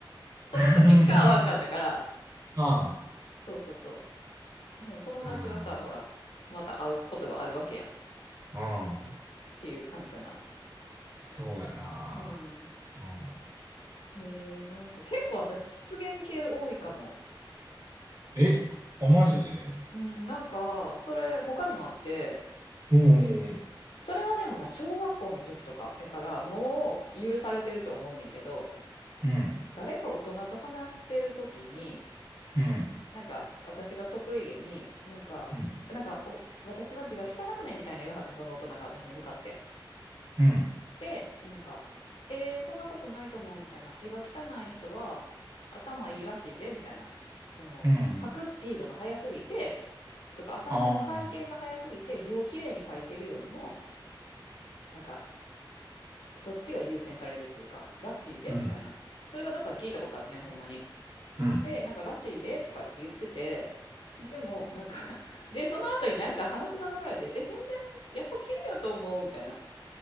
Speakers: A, on the left; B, on the right.
A: その時しか会わんかったから、
B: <laughs> あ
A: そうそうそう。でも友達はさ、
B: あ。
A: ほら、また会うことがあるわけやんっ
B: ああ。うん。
A: ていう感じかな。
B: そうやな
A: うん。
B: あ。うん。
A: えー、なんか結構私失言系多いかも。
B: え、あ、マジで
A: うん、なんかそれ他にもあって、
B: うん。
A: それはでもな、小学校の時とかやからもう許されてると思うねんけど、
B: うんうん、
A: 誰か大人と話してる時に、
B: うん、
A: なんか私が得意げに、なんか、
B: うん、
A: なんかお私は字が汚くねみたいな言わはってんその大人が私に向かって。
B: うん、
A: で、なんか、えー、そんなことないと思うみたいな。字が汚い人は頭いいらしいでみたいな。その、
B: うん、
A: 書くスピードが速すぎて、とか頭の回転が速すぎて字をきれいに書いてるよりも、
B: ああうん。ああ、
A: なんか、そっちが優先されるっていうか、らしいでみたいな。
B: うん
A: それはどっかで聞いたことあってん、ほんまに。
B: うんうん
A: で、なんか、らしいでとかって言ってて、でも、なんか <laughs> で、その後になんか話の流れで、え、全然、やっぱ綺麗やと思うみたいな。